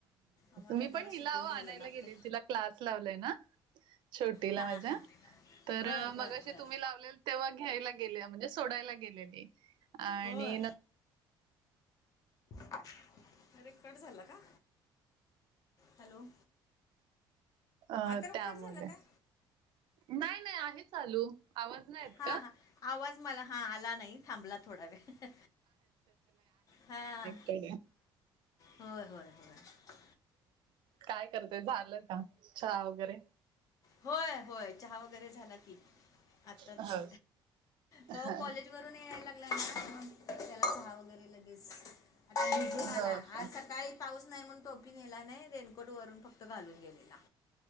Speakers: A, on the left; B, on the right.
A: आम्हाला
B: मी
A: जरा
B: पण
A: शिकून
B: हिला
A: घ्यायला
B: आणायला
A: लागतंय.
B: गेले तिला क्लास लावलाय ना छोटीला
A: हां
B: माझ्या.
A: हां
B: तर
A: बर
B: मग
A: बर
B: मगाशी
A: बर
B: तुम्ही लावलेल तेव्हा घ्यायला गेले म्हणजे सोडायला गेलेली. आणि
A: होय.
B: न
A: अरे कट झाला का हॅलो.
B: अ
A: आता रप
B: त्यामुळे
A: कट झाला का
B: नाही नाही आहे चालू आवाज नाहीेत
A: हां
B: का.
A: हां आवाज मला हा आला नाही थांबला थोडा वेळ हा.
B: ते
A: हो हो हो.
B: काय करतय झालं का चहा वगैरे.
A: होय होय चहा वगैरे झाला की आताच
B: हो.
A: तो
B: हां.
A: कॉलेजवरून. आला की लगेच त्याला चहा वगैरे. आता भिजुन
B: हो
A: आला
B: का?
A: आज सकाळी. पाऊस नाही म्हणुन टोपीनेली नाही रेनकोट वरून फक्त घालून गेलेला.